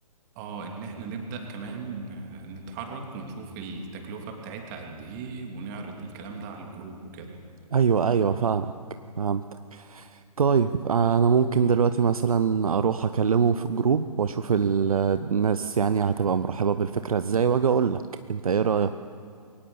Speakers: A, on the right; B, on the right.
A: اه ان احنا نبدأ كمان آه، نتحرك ونشوف التكلفة بتاعتها قد ايه ونعرض الكلام ده على الجروب وكده
B: ايوه ايوه فاهمك فهمتك طيب انا ممكن دلوقتي مثلا اروح اكلمه في جروب واشوف ال- الناس يعني هتبقى مرحبة بالفكرة ازاي واجي اقول لك انت ايه رأيك